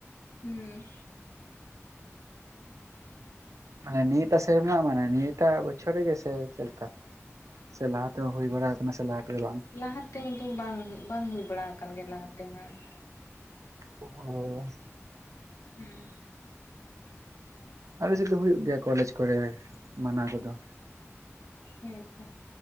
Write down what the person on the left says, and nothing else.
ᱦᱩᱸ
ᱞᱟᱦᱟᱛᱮ ᱫᱚ ᱵᱟᱝ, ᱵᱟᱝ ᱦᱩᱭ ᱵᱟᱲᱟ ᱟᱠᱟᱱ ᱜᱮᱭᱟ᱾ ᱞᱟᱦᱟ ᱛᱮ ᱦᱚᱸ ᱾
ᱦᱩᱸ
ᱦᱮᱸᱛᱚ